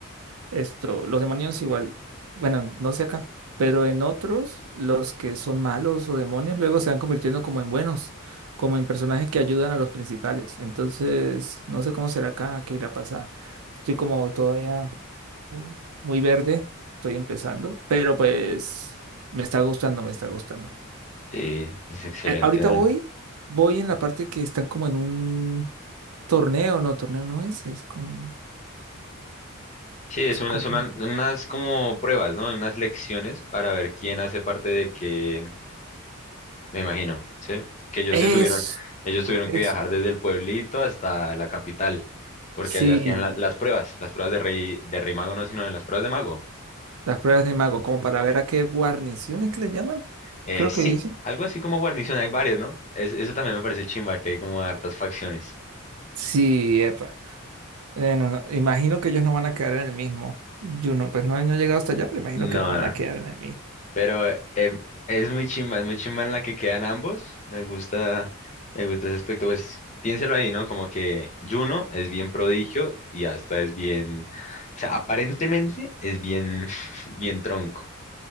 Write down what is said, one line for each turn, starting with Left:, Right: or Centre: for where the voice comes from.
Right: Esto, los demonios igual, bueno, no sé acá, pero en otros, los que son malos o demonios luego se van convirtiendo como en buenos, como en personajes que ayudan a los principales. Entonces, no sé cómo será acá, qué irá a pasar. Estoy como todavía mm, muy verde, estoy empezando, pero pues me está gustando, me está gustando.
Left: Sí, es excelente,
Right: Eh, ahorita
Left: ¿no?
Right: voy, voy en la parte que están como en un torneo, no, torneo no es, es como,
Left: Sí, es
Right: es
Left: una,
Right: como,
Left: son una- unas como pruebas, ¿no? Unas lecciones para ver quién hace parte de qué, me imagino, ¿sí? Que ellos
Right: eso,
Left: se tuvieron, ellos tuvieron
Right: eso.
Left: que viajar desde el pueblito hasta la capital, porque
Right: Sí,
Left: allá hacían la- las pruebas, las pruebas de rey, de rey mago no, sino de las pruebas de mago.
Right: Las pruebas de mago, como para ver a qué guarniciones que le llaman,
Left: Eh,
Right: creo
Left: sí,
Right: que dicen.
Left: algo así como guarnición, hay varios, ¿no? Es- eso también me parece chimba, que hay como hartas facciones.
Right: Sí, epa. Eh, no, no, imagino que ellos no van a quedar en el mismo. Yo no, pues no, no he llegado hasta allá, pero imagino
Left: No,
Right: que
Left: no,
Right: no van a
Left: no.
Right: quedar en el mismo,
Left: Pero em, es muy chimba, es muy chimba en la que quedan ambos. Me gusta, me gusta ese aspecto. Pues piénselo ahí, ¿no? Como que Juno es bien prodigio y hasta es bien, o sea, aparentemente es bien, <laughs> bien tronco.